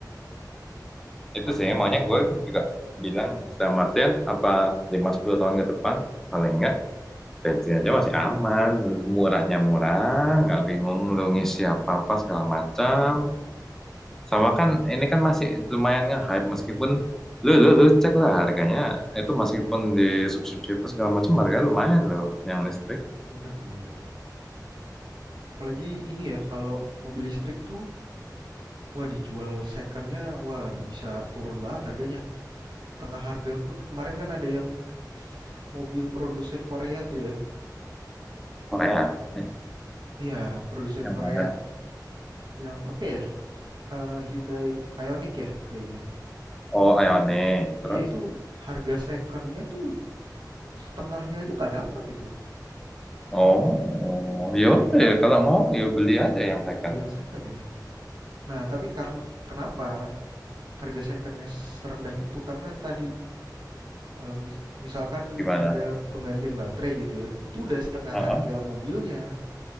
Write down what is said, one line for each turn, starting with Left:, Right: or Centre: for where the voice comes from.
Centre: itu
Right: takutnya
Centre: sih makanya
Right: Mm,
Centre: gue juga bilang dalam Martin apa lima sepuluh tahun ke depan paling nggak bensin aja masih aman murahnya murah nggak bingung lu ngisi apa apa segala macam Sama kan ini kan masih lumayan nge-hype meskipun lu lu lu cek lah harganya itu meskipun di subsidi apa segala macam harga lumayan loh yang listrik
Right: bener bener bener. Apalagi ini ya kalau mobil listrik tuh wah dijual secondnya wah bisa turun banget harganya. Setengah harga pun kemarin kan ada yang mobil produsen Korea tuh ya.
Centre: Korea Eh,
Right: Iya, produsen
Centre: yang
Right: Korea
Centre: mana?
Right: yang apa ya Eee, Hyundai Ioniq ya kayaknya?
Centre: Oh, Ioniq. Terus
Right: Iya itu harga secondnya tuh setengahnya aja nggak dapet itu,
Centre: oh, oh ya udah ya kalau mau ya beli aja yang second.
Right: beli yang second ya. Nah tapi karena kenapa harga secondnya serendah itu, karena tadi, eee, mis misalkan
Centre: Gimana?
Right: ada penggantian baterai gitu ya, itu udah setengah
Centre: Heeh.
Right: harga mobilnya.